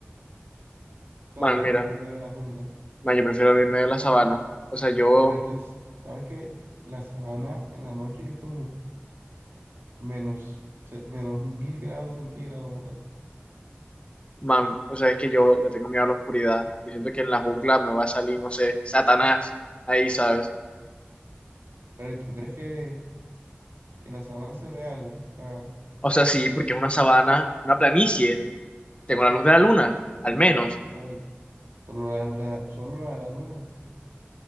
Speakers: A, on the right; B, on the left.
A: No,
B: Man,
A: yo
B: mira.
A: prefiero en medio de la jungla.
B: Man, yo prefiero el medio de la sabana. O sea, yo,
A: Pero es que, s- ¿sabes que La sabana en la noche es como menos, se- menos mil grados centígrados, ¿verdad?
B: man, o sea, es que yo le tengo miedo a la oscuridad. Yo siento que en la jungla me va a salir, no sé, Satanás. Ahí, ¿sabes?
A: Pero ¿y tú crees que, que en la sabana se ve algo? O sea,
B: O sea, sí, porque es una sabana, una planicie. Tengo la luz de la luna, al menos.
A: la- solo la, la- solo la de la luna.